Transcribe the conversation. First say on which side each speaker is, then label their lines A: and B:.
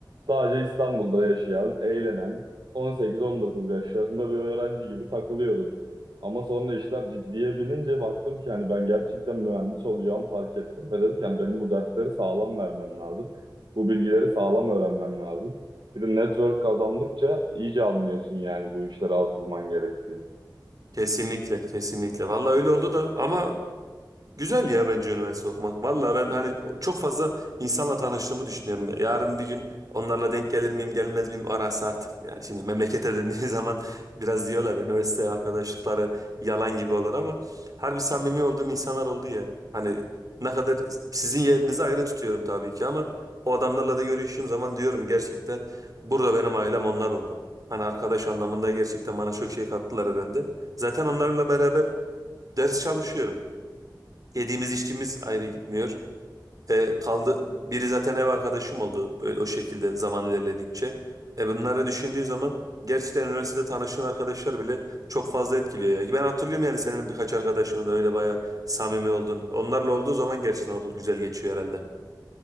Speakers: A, on the right (about 75°); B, on the right (about 50°).
A: Sadece İstanbul'da yaşayan, eğlenen, 18-19 yaşlarında bir öğrenci gibi takılıyordum. Ama sonra işler ciddiye binince baktım ki hani ben gerçekten mühendis olacağımı fark ettim ve dedim ki hani benim bu dersleri sağlam vermem lazım. Bu bilgileri sağlam öğrenmem lazım. Bir de network kazandıkça iyice anlıyorsun yani bu işlere atılman gerektiğini.
B: Kesinlikle, kesinlikle. Vallahi öyle oldu da ama Güzel ya bence üniversite okumak. Valla ben hani çok fazla insanla tanıştığımı düşünüyorum. Yarın bir gün onlarla denk gelir miyim gelmez miyim arası artık. Yani şimdi memlekete döndüğü <laughs> zaman biraz diyorlar üniversite arkadaşlıkları yalan gibi olur ama harbi samimi olduğum insanlar oldu ya. Hani ne kadar sizin yerinizi ayrı tutuyorum tabii ki ama o adamlarla da görüştüğüm zaman diyorum gerçekten burada benim ailem onlar oldu. Hani arkadaş anlamında gerçekten bana çok şey kattılar herhalde. Zaten onlarla beraber ders çalışıyorum. Yediğimiz içtiğimiz ayrı gitmiyor. E, kaldı biri zaten ev arkadaşım oldu böyle o şekilde zaman ilerledikçe. E bunları düşündüğün zaman gerçekten üniversitede tanıştığın arkadaşlar bile çok fazla etkiliyor ya. Ben hatırlıyorum yani senin birkaç arkadaşını da öyle bayağı samimi oldun. Onlarla olduğu zaman gerçekten okul güzel geçiyor herhalde.